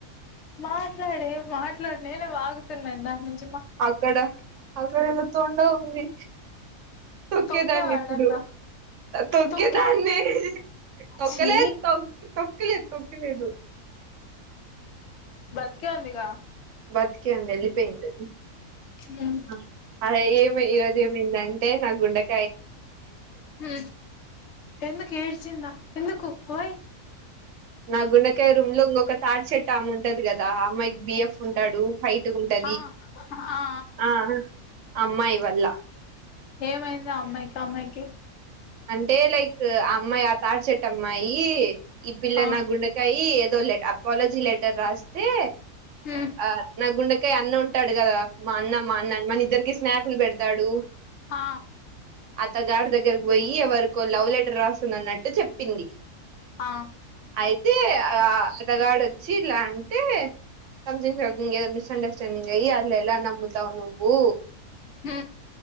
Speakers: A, on the left; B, on the right.
A: మాట్లాడే మాట్లాడు నేనే వాగుతున్న ఇందాకట్నుంచి
B: అక్కడ అక్కడ ఏదో తోండ ఉంది తొక్కేదాన్ని
A: తొక్కేవాడన్నా
B: ఇప్పుడు తొక్కేదాన్ని
A: తొక్కావా
B: తొక్కలేదు
A: ఛీ
B: త తొక్కలేదు తొక్కలేదు
A: బతికే ఉందిగా
B: బతికే ఉంది వెళ్ళిపోయిందా
A: హ్మ్
B: అది అదే ఏమి ఈరోజు ఏమైందంటే నా గుండెకాయ
A: హ ఎందుకు ఏడ్చిందా ఎందుకు వై
B: నా గుండెకాయ రూమ్ లో ఇంకొక తాడి చెట్టు అమ్మే ఉంటది కదా అమ్మాయికి బిఎఫ్ ఉంటాడు హైట్ ఉంటాది
A: ఆ ఆ
B: ఆ అమ్మాయి వల్ల
A: ఏమైంది అమ్మాయికి అమ్మాయికి
B: అంటే లైక్ ఆ అమ్మాయి ఆ తాడి చెట్ అమ్మాయి ఈ పిల్ల
A: ఆ
B: నా గుండెకాయ అపాలజీ లెటర్ రాస్తే
A: హ
B: ఆ నా గుండెకయ అన్న ఉంటాడు కదా మా అన్న మా అన్న మన ఇద్దరికి స్నాపులు పెడతాడు
A: ఆ
B: అతగాడు దగ్గరకు పోయి ఎవరికో లవ్ లెటర్ రాస్తుందన్నట్టు చెప్పింది
A: ఆ
B: అయితే ఆ అతగాడు వచ్చి ఇలా అంటే సంథింగ్ ఏదో మిస్ అండర్స్టాండింగ్ అయ్యి అలెలా నమ్ముతావు నువ్వు
A: హ